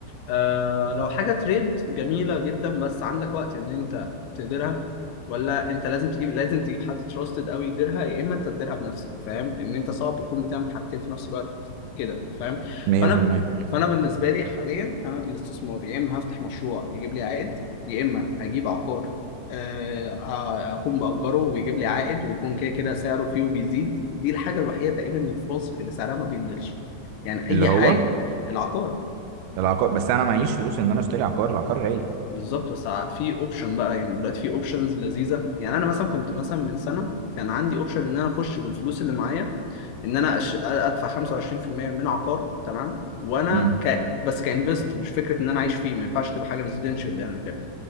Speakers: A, on the left; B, on the right.
A: آه لو حاجة تريد جميلة جدا بس عندك وقت إن أنت تديرها ولا أنت لازم تجيب لازم تجيب حد تراستد أوي يديرها يا إما أنت تديرها بنفسك فاهم إن أنت صعب تكون بتعمل حاجتين في نفس الوقت كده فاهم
B: 100%
A: فأنا
B: مم.
A: فأنا بالنسبة لي حاليا أنا الاستثمار يا إما هفتح مشروع يجيب لي عائد يا إما هجيب عقار آه، ه- أكون بأجره ويجيب لي عائد ويكون كده كده سعره فيه وبيزيد دي الحاجة الوحيدة تقريبا اللي في مصر اللي سعرها ما بينزلش يعني أي
B: اللي هو
A: حاجة العقار
B: العقار بس انا معيش فلوس ان انا اشتري عقار العقار غالي
A: بالظبط بس ع- في اوبشن بقى يعني دلوقتي في اوبشنز لذيذه يعني انا مثلا كنت مثلا من سنه كان عندي اوبشن ان انا اخش بالفلوس اللي معايا ان انا أش... ادفع 25% من عقار تمام وانا
B: امم
A: ك... بس كانفست مش فكره ان انا عايش فيه ما ينفعش تبقى حاجه ريزيدنشال يعني كده